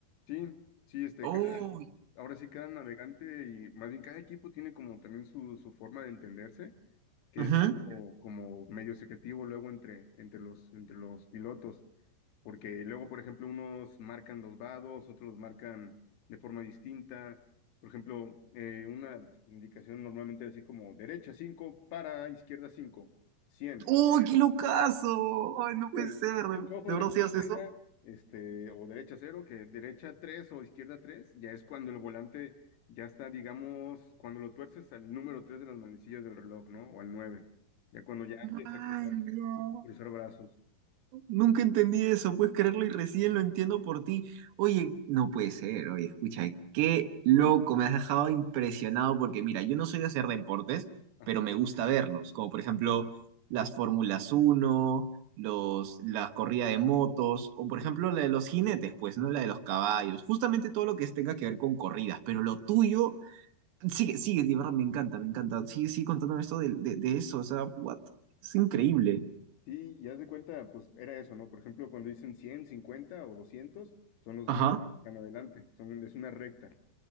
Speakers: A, on the left; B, on the right.
A: Sí, sí, este,
B: ¡Oh!
A: cada, ahora sí cada navegante y más bien cada equipo tiene como también su, su forma de entenderse, que
B: Ujú.
A: es algo como medio secretivo luego entre, entre los, entre los pilotos. porque luego, por ejemplo, unos marcan los vados, otros los marcan de forma distinta. Por ejemplo, eh, una indicación normalmente así como derecha 5 para izquierda 5 100
B: ¡Oh, qué locazo! ¡Ay, no puede
A: 100.
B: ser! ¿De,
A: Mucho
B: de
A: ojo derecha,
B: verdad si haces
A: izquierda,
B: eso?
A: este, o derecha cero que derecha 3 o izquierda 3 ya es cuando el volante ya está, digamos, cuando lo tuerces al número 3 de las manecillas del reloj, ¿no? O al 9 ya cuando ya empieza
B: ¡Ay,
A: a cruzar,
B: no!
A: cruzar brazos.
B: Nunca entendí eso, puedes creerlo y recién lo entiendo por ti. Oye, no puede ser, oye, escucha, qué loco, me has dejado impresionado porque mira, yo no soy de hacer deportes,
A: Ajá.
B: pero me gusta verlos, como por ejemplo las Fórmulas uno los, la corrida de motos, o por ejemplo la de los jinetes, pues, ¿no? La de los caballos, justamente todo lo que tenga que ver con corridas, pero lo tuyo, sigue, sigue, de verdad, me encanta, me encanta, sigue, sigue contándome esto de, de, de eso, o sea, what, es increíble.
A: Sí, ya de cuenta, pues era eso, ¿no? Por ejemplo, cuando dicen 100 50 o 200 son los
B: Ajá,
A: metros, están adelante, son, es una recta,